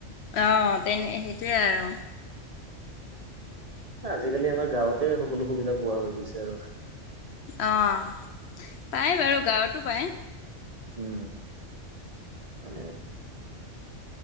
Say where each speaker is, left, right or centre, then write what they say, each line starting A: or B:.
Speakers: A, on the left (about 65°); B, on the right (about 35°).
A: অঁ তেনে সেইটোৱেই আৰু
B: আজিকালি আমাৰ গাঁৱতে সকলো সুবিধা পোৱা হৈ গৈছে আৰু
A: অঁ পাই বাৰু গাঁৱতো পায়
B: উম মানে